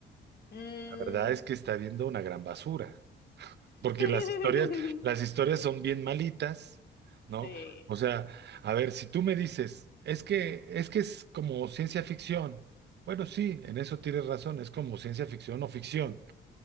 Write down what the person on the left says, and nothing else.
Mm.
<laughs>
Sí.